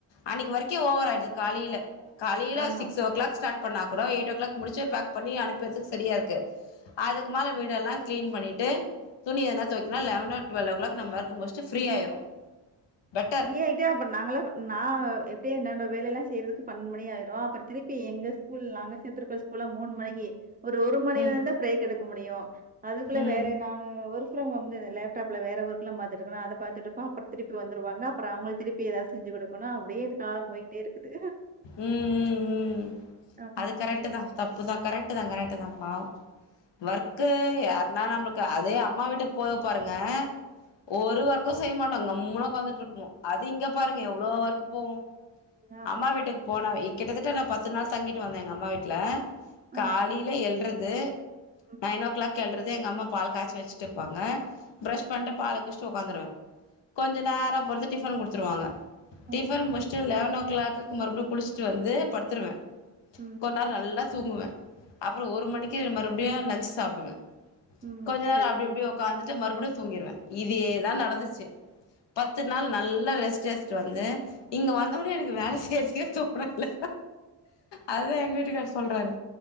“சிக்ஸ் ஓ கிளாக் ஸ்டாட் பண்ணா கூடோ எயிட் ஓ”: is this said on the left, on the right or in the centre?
Left